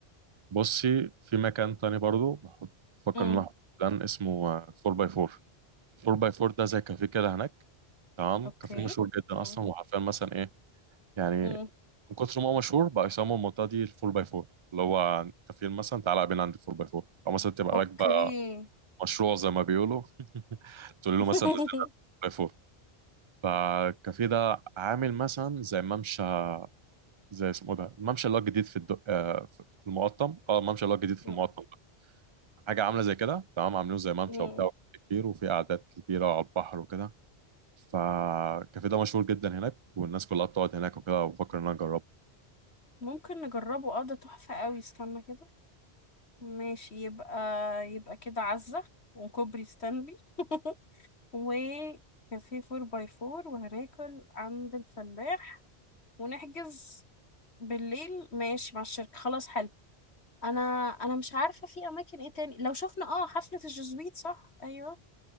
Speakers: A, on the right; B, on the left.
A: بصي في مكان تاني برضو بحط بفكر
B: أمم
A: ان انا احط بلان اسمه 4 باي 4 4 باي 4 ده زي كافيه كده هناك تمام
B: أوكي
A: كافيه مشهور جدا
B: أمم
A: اصلا وحرفيا مثلا ايه يعني
B: أمم
A: من كتر ما هو مشهور بقى يسموا المنطقة دي ال 4 x 4 اللي هو انت فين مثلا تعالى قابلنا عند 4 x 4 او مثلا تبقى
B: أوكي
A: راكبة مشروع زي ما بيقولوا <laughs> تقول
B: <laughs>
A: له مثلا نزلنا 4 x 4 فالكافيه ده عامل مثلا زي ممشى زي اسمه ده الممشى اللي هو الجديد في الد... آه، في المقطم اه الممشى اللي هو الجديد في
B: أمم،
A: المقطم ده. حاجة عاملة زي كده تمام عاملينه زي ممشى
B: أمم.
A: وبتاع كبير وفي قعدات كبيرة على البحر وكده فالكافيه ده مشهور جدا هناك والناس كلها بتقعد هناك وكده وبفكر ان انا اجربه
B: ممكن نجربه اه ده تحفة أوي استنى كده ماشي يبقى يبقى كده عزة وكوبري ستانلي <laughs> وكافيه فور باي فور وهناكل عند الفلاح ونحجز بالليل ماشي مع الشركة خلاص حلو انا انا مش عارفه في اماكن ايه تاني لو شفنا اه حفله الجزويت صح ايوه